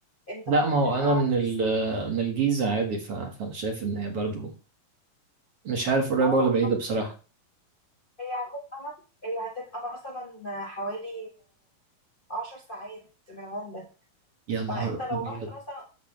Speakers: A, on the left; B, on the right.
A: انت
B: لا
A: ممكن
B: ما هو انا
A: او
B: من
A: عدد
B: ال... من الجيزه عادي ف... فانا شايف ان هي برضو مش عارف قريبه
A: اه
B: ولا بعيده
A: طب
B: بصراحه
A: هي هتبقى هي هتبقى مثلا حوالي عشر ساعات من عندك
B: يا نهار
A: فانت لو
B: ابيض
A: رحت مثلا